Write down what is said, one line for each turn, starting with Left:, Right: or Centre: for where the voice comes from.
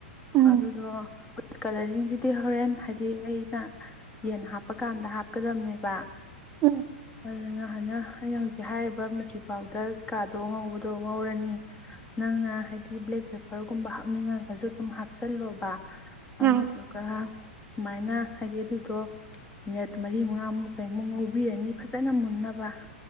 Right: ꯎꯝ
Left: ꯑꯗꯨꯗꯨ ꯀꯂꯔꯤꯡꯁꯤꯗꯤ ꯍꯣꯔꯦꯟ ꯍꯥꯏꯗꯤ ꯑꯩꯅ ꯌꯦꯟ ꯍꯥꯞꯄꯀꯥꯟꯗ ꯍꯥꯞꯀꯗꯕꯅꯦꯕ
Right: ꯎꯝ
Left: ꯑꯗꯨꯅ ꯍꯥꯏꯅ ꯑꯩꯅ ꯍꯧꯖꯤꯛ ꯍꯥꯏꯔꯤꯕ ꯃꯨꯆꯤ ꯄꯥꯎꯗꯔ ꯀꯥꯔꯗ ꯇꯗꯣ ꯉꯧꯕꯗꯣ ꯉꯧꯔꯅꯤ ꯅꯪꯅ ꯍꯥꯏꯗꯤ ꯕ꯭ꯂꯦꯛ ꯄꯦꯄꯔꯒꯨꯝꯕ ꯍꯥꯞꯅꯤꯡꯉꯒꯁꯨ ꯑꯗꯨꯝ ꯍꯥꯞꯆꯜꯂꯣꯕ
Right: ꯎꯝ
Left: ꯑꯗꯗꯨꯒ ꯁꯨꯃꯥꯏꯅ ꯍꯥꯏꯗꯤ ꯑꯗꯨꯗꯣ ꯃꯤꯅꯠ ꯃꯔꯤ ꯃꯉꯥꯃꯨꯛ ꯀꯩꯃꯨꯛ ꯉꯧꯕꯤꯔꯅꯤ ꯐꯖꯅ ꯃꯨꯟꯅꯕ